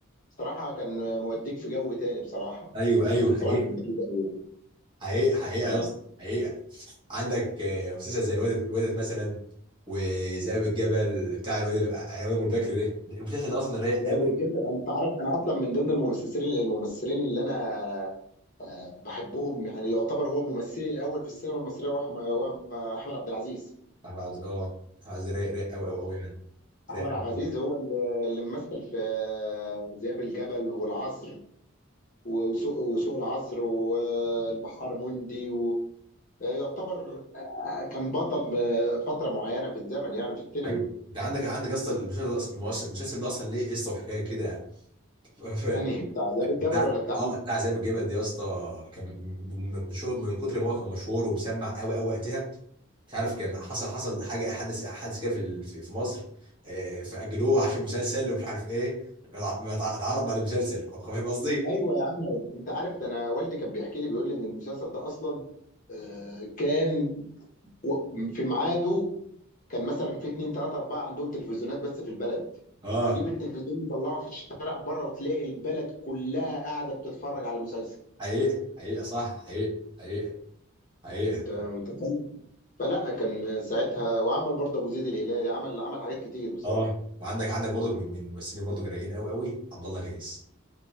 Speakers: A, on the left; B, on the right.
A: بصراحه كان موديك في جو تاني بصراحه
B: ايوه
A: يعني
B: ايوه
A: بصراحه
B: حقيقة
A: كان جامد أوي يعني.
B: حقيقة حقيقة
A: اه
B: يا اسطى حقيقة عندك آه، مسلسل زي الواد الواد مثلا وذئاب الجبل بتاع الواد العنوان ابو البكر ده ده المسلسل ده اصلا رايق
A: ده
B: قوي
A: غير كده انت عارف انا اصلا من ضمن الممثلين الممثلين اللي انا آه، بحبهم يعني يعتبر هو ممثلي الاول في السينما المصريه هو أحم- هو احمد عبد العزيز
B: أحمد عز- اه أحمد عز رايق رايق قوي قوي قوي يعني
A: احمد
B: رايق قوي
A: عبد العزيز هو اللي اللي ممثل في ذئاب الجبل والعصر وسوق وسوق العصر والبحار مندي و... يعتبر كان بطل م- فتره معينه في الزمن يعني في السينما
B: ايوه ده عندك عندك اصلا المسلسل ده اصلا المؤس- المسلسل ده اصلا ليه قصه وحكايه كده <laughs>
A: انهي بتاع ذئاب الجبل
B: لا
A: ولا بتاع
B: اه
A: مين
B: بتاع ذئاب الجبل دي يا اسطى كان من من مشهور من كتر ما هو كان مشهور ومسمع قوي قوي وقتها مش عارف كان حصل حصل حاجه حدث حدث كده في ال- في في مصر آه، فاجلوه عشان مسلسل ومش عارف ايه ما اتع- اتعرض بعد المسلسل هو- فاهم قصدي؟
A: ايوه يا عم انت عارف ده انا والدي كان بيحكي لي بيقول لي ان المسلسل ده اصلا آه، كان و- في ميعاده كان مثلا في اتنين تلاته اربعه عندهم تلفزيونات بس في البلد
B: اه
A: يجيب التلفزيون يطلعه في الشارع بره وتلاقي البلد كلها قاعده بتتفرج على المسلسل
B: حقيقه حقيقه صح حقيقه حقيقه حقيقه
A: انت متخيل فلا كان ساعتها وعمل برضه ابو زيد الهلالي عمل عمل حاجات كتير بصراحه
B: اه وعندك عندك برضك من من الممثلين برضك الرايقين قوي قوي عبد الله غيث